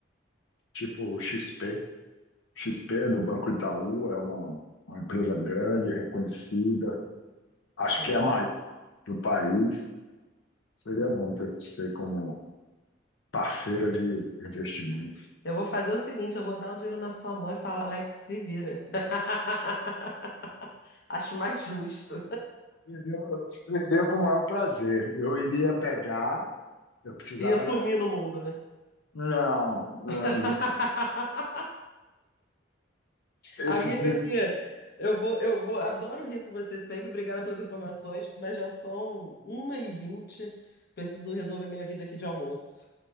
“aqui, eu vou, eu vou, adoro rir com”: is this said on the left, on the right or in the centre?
Left